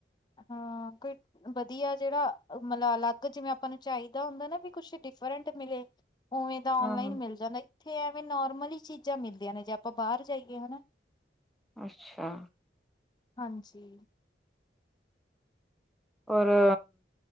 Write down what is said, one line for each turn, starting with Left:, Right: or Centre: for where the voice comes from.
Left: ਹਾਂ ਕੋਈ ਵਧੀਆ ਜਿਹੜਾ ਮਤਲਬ ਅਲੱਗ ਜਿਵੇਂ ਆਪਾਂ ਨੂੰ ਚਾਹੀਦਾ ਹੁੰਦਾ ਨਾ ਵੀ ਕੁਛ ਡਿਫਰੈਂਟ ਮਿਲੇ ਉਵੇਂ ਤਾਂ
Centre: ਹਾਂ
Left: ਔਨਲਾਈਨ ਮਿਲ ਜਾਂਦਾ ਇੱਥੇ ਐਵੇਂ ਨੋਰਮਲ ਚੀਜ਼ਾਂ ਮਿਲਦੀਆਂ ਨੇ ਜੇ ਆਪਾਂ ਬਾਹਰ ਜਾਈਏ ਹਨਾ
Centre: ਅੱਛਾ।
Left: ਹਾਂਜੀ।
Centre: ਰ